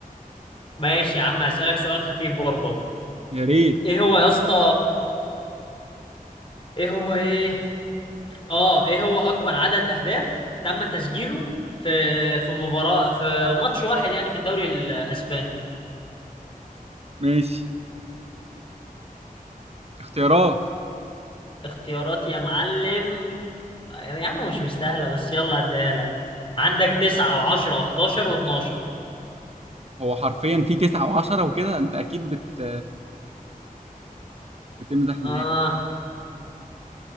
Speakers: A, on the left (about 35°); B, on the right (about 45°).
A: ماشي يا عم هسألك سؤال خفيف برضه اهو.
B: يا ريت
A: ايه هو يا اسطى ايه هو ايه اه ايه هو اكبر عدد اهداف تم تسجيله في في مباراة في ماتش واحد يعني في الدوري الاسباني
B: ماشي اختيارات
A: اختيارات يا معلم آه، يا عم مش مستاهلة بس يلا هديها لك عندك تسعة وعشرة وحداشر واتناشر
B: هو حرفيا في تسعة وعشرة وكده انت اكيد بت... بتمزح معايا
A: آه